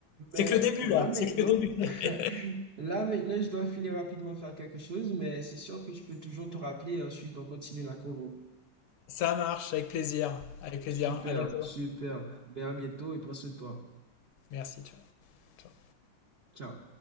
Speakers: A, on the left; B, on the right.
A: C'est
B: Mais
A: que le début
B: euh,
A: là,
B: là maintenant,
A: c'est que le début. <laughs>
B: <laughs> là maintenant, je dois filer rapidement faire quelque chose, mais c'est sûr que je peux toujours te rappeler et ensuite on continue la convo.
A: Ça marche, avec plaisir, avec plaisir.
B: Super,
A: À bientôt.
B: super. Ben à bientôt et prends soin de toi.
A: Merci, ciao. Ciao.
B: Ciao.